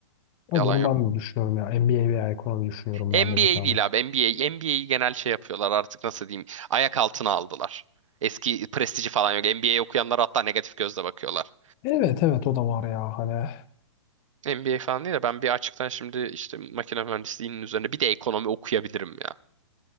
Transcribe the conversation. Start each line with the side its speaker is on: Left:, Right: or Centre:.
Left: Ama
Right: Yalan
Left: bunu
Right: yok.
Left: ben de düşünüyorum ya. MBA veya ekonomi düşünüyorum
Right: NBA
Left: ben de bir tane.
Right: değil abi NBA. NBA'yi genel şey yapıyorlar artık nasıl diyeyim. Ayak altına aldılar. Eski prestiji falan yok. NBA okuyanlar hatta negatif gözle bakıyorlar.
Left: Evet evet o da var ya hani.
Right: NBA falan değil de ben bir açıktan şimdi işte makine mühendisliğinin üzerine bir de ekonomi okuyabilirim ya.